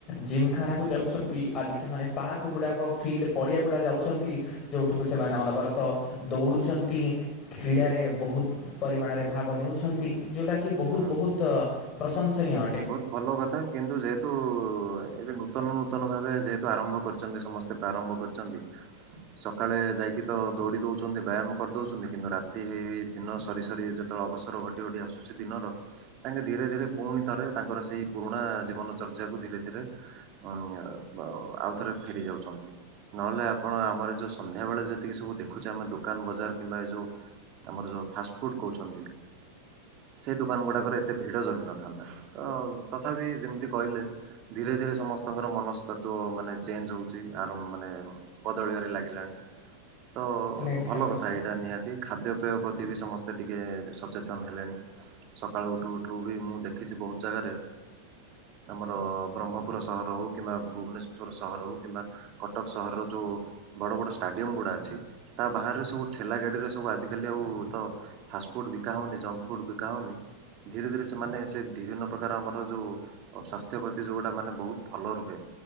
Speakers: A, on the left; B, on the right.
A: ଜିମ୍ ଖାନାକୁ ଯାଉଛନ୍ତି। ଆଜି ସେମାନେ ପାକର କୁକୁଡାକ ଫିଲ୍ଡ ପଡ଼ିଆ ଗୁଡ଼ାକ ଯାଉଛନ୍ତି ଯେଉଁଠୁ କୁ ସେମାନେ
B: ହୁଁ ହୁଁ।
A: ଅନବରତ ଦୌଡ଼ୁଛନ୍ତି। କ୍ରୀଡ଼ାରେ ବହୁତ ପରିମାଣରେ ଭାଗ ନେଉଛନ୍ତି ଯେଉଁଟାକି ବହୁତ
B: ହୁଁ
A: ବହୁତ ତ ପ୍ରଶଂସନୀୟଟ
B: ବହୁତ ଭଲ କଥା କିନ୍ତୁ ଯେହେତୁ ଏବେ ନୂତନ ନୂତନ ଭାବେ ଯେହେତୁ ଆରମ୍ଭ କରିଛନ୍ତି ସମସ୍ତେ ପ୍ରାରମ୍ଭ କରି ଛନ୍ତି। ସକାଳେ ଯାଇକି ତ ଦୌଡ଼ି ଦେଉଛନ୍ତି ବ୍ୟାୟାମ କରିଦଉଛନ୍ତି କିନ୍ତୁ ରାତି ହେଇ ଦିନ ସରିସରି ନୂଆ ଅବସର ଘଟି ଘଟି ଆସୁଛି ଦିନର ତାଙ୍କେ ଧୀରେ ଧୀରେ ପୁଣି ରେ ତାଙ୍କର ସେଇ ପୁରୁଣା ଜୀବନଚର୍ଯ୍ୟାକୁ ଧୀରେ ଧୀରେ ଉ ଆଉଥରେ ଫେରି ଯାଉଛନ୍ତି। ନହେଲେ ଆପଣ ଆମର ଯେଉଁ ସନ୍ଧ୍ୟାବେଳେ ଯେତିକି ସବୁ ଦେଖୁଛେ ଆମେ ଦୋକାନ ବଜାର କିମ୍ବା ଏ ଯେଉଁ ଆମର ଯୋଉ ଫାଷ୍ଟଫୁଡ କହୁଛନ୍ତି ସେଇ ଦୋକାନ ଗୁଡାକରେ ଏତେ ଭିଡ ଜମି ନଥାନ୍ତା। ତ ତଥାପି ଯେମିତି କହିଲେ। ଧୀରେ ଧୀରେ ସମସ୍ତଙ୍କର ମନସ୍ତ୍ଵ ମାନେ ଚେଞ୍ଜ ହଉଛି ଆର ମାନେ ବଦଳିବାରେ ଲାଗିଲାଣି ତ
A: ନିଶ୍ଚୟ
B: ଭଲ
A: ନିଶ୍ଚୟ
B: କଥା ଏଇଟା ନିହାତି। ଖାଦ୍ୟପେୟ ପ୍ରତି ବି ସମସ୍ତେ ଟିକେ ସଚେତନ ହେଲେଣି। ସକାଳୁ ଉଠୁ ଉଠୁ ବି ମୁଁ ଦେଖିଛି ବହୁତ ଜାଗାରେ ଆମର ବ୍ରହ୍ମପୁର ସହର ହେଉ କିମ୍ବା ଭୁବନେଶ୍ୱଵର ସହର ହେଉ କିମ୍ବା କଟକ ସହରର ଯୋଉ ବଡ଼ ବଡ଼ ଷ୍ଟାଡିୟମ ଗୁଡା ଅଛି ତା ବାହାରରେ ସବୁ ଠେଲା ଗାଡିରେ ସବୁ ଆଜିିକାଲି ଆଉ ତ ଫାଷ୍ଟ୍ ଫୁଡି ବିକା ହୋଉନି ଜଙ୍କ୍ ଫୁଡ୍ ବିକା ହୋଉନି ଧୀରେ ଧୀରେ ସେମାନେ ସେ ବିଭିନ୍ନ ପ୍ରକାର ଆମର ଯୋଉ ସ୍ୱାସ୍ଥ୍ୟ ପ୍ରତି ଯୋଉଟା ମାନେ ବୋହୁତ ଭଲ ରୁହେ।